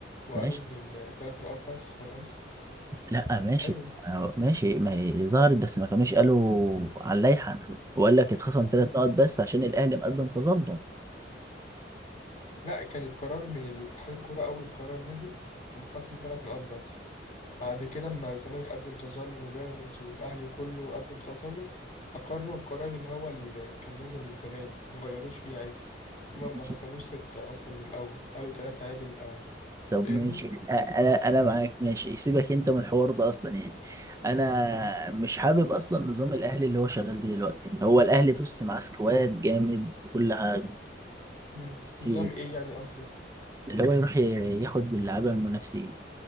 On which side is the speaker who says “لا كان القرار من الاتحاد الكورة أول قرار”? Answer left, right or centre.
Left